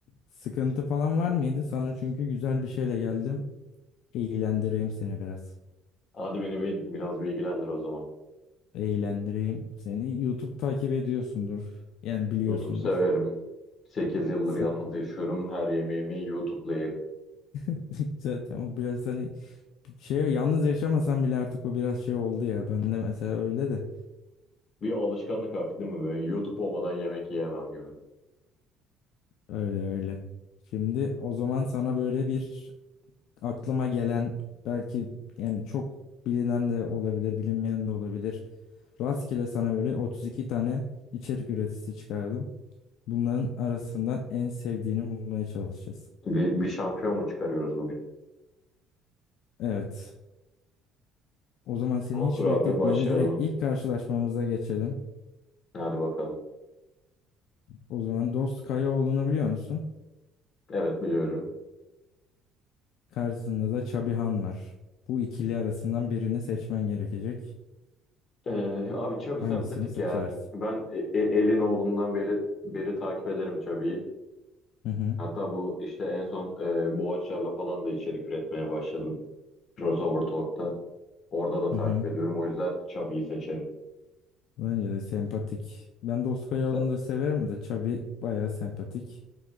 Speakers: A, on the left; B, on the left.
A: sıkıntı falan var mıydı? Sana çünkü güzel bir şeyle geldim. Eğlendireyim seni biraz.
B: Hadi beni bir, biraz bilgilendir o zaman.
A: Eğlendireyim seni. YouTube takip ediyorsundur. Yani biliyorsundur.
B: YouTube severim. sekiz yıldır
A: Sa-
B: yalnız yaşıyorum. Her yemeğimi YouTube'la yerim.
A: <laughs> Zaten o biraz hani şey yalnız yaşamasan bile artık o biraz şey oldu ya. Ben de mesela öyle de.
B: Bir alışkanlık artık değil mi böyle? YouTube olmadan yemek yiyemem gibi.
A: Öyle öyle. Şimdi o zaman sana böyle bir aklıma gelen belki yani çok bilinen de olabilir, bilinmeyen de olabilir. Rastgele sana böyle 32 tane içerik üreticisi çıkardım. Bunların arasından en sevdiğini bulmaya çalışacağız.
B: Bir, bir şampiyon mu çıkarıyoruz bugün?
A: Evet. O zaman seni
B: Tamamdır
A: hiç
B: abi
A: bekletmeyeyim.
B: başlayalım.
A: Direkt ilk karşılaşmamıza geçelim.
B: Hadi bakalım.
A: O zaman Dost Kayaoğlu'nu biliyor musun?
B: Evet biliyorum.
A: Karşısında da Çabihan var. Bu ikili arasından birini seçmen gerekecek.
B: Ee, abi Chubby
A: Hangisini
B: sempatik
A: seçersin?
B: ya. Ben e- e- elin oğlundan beri, beri takip ederim Chubby'yi.
A: Hı hı.
B: Hatta bu işte en son e, Boğaçlar'la falan da içerik üretmeye başladım. Crossover Talk'ta. Orada da
A: Hı
B: takip
A: hı.
B: ediyorum. O yüzden Chubby'yi seçerim.
A: Bence de sempatik. Ben Dost Kayaoğlu'nu
B: İşte
A: da severim de Çabi bayağı sempatik.